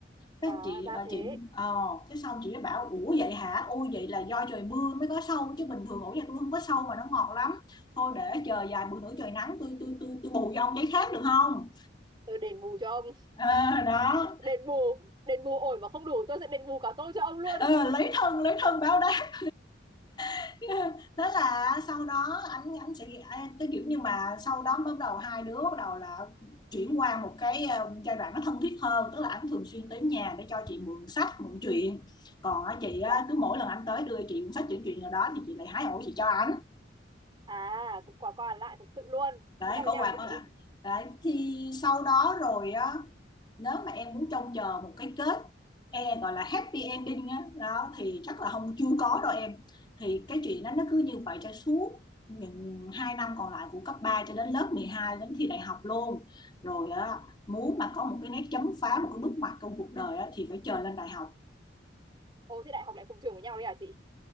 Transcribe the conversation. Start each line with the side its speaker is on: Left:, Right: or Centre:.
Left: cái
Right: À
Left: chị
Right: ra
Left: à,
Right: thế.
Left: chị ờ cái xong chị mới bảo ủa vậy hả ôi vậy là do trời mưa mới có sâu chứ bình thường ổ nhà tôi không có sâu mà nó ngọt lắm thôi để chờ vài bữa nữa trời nắng tôi tôi tôi tôi bù vô ông giấy khác được không
Right: Tôi đền bù cho ông.
Left: à, đó
Right: Đền bù, đền bù ổi mà không đủ tôi sẽ đền bù cả tôi cho ông luôn.
Left: Ờ, lấy thân lấy thân báo đáp <laughs> thế là sau đó anh anh sẽ anh- cái kiểu như mà sau đó bắt đầu hai đứa bắt đầu là chuyển qua một cái ờ, giai đoạn nó thân thiết hơn tức là anh thường xuyên tới nhà để cho chị mượn sách mượn truyện còn á, chị á,
Right: Dạ.
Left: cứ mỗi lần anh tới đưa chị cuốn sách chuyển truyện nào đó thì chị lại hái ổ chị cho anh
Right: À, cũng quả qua lại thật sự luôn.
Left: đấy
Right: Thế sao với
Left: có
Right: nhau
Left: qua
Right: nữa
Left: có
Right: chị?
Left: lại đấy thì sau đó rồi á nếu mà em muốn trông chờ một cái kết e gọi là happy ending á đó thì chắc là không chưa có đâu em thì cái chuyện đó nó cứ như vậy cho suốt những hai năm còn lại của cấp 3 cho đến lớp 12 đến thi đại học luôn rồi á, muốn mà có một cái nét chấm phá một cái bước ngoặt trong cuộc đời á, thì phải chờ lên đại học
Right: Ồ, thế đại học lại cùng trường với nhau đấy à chị?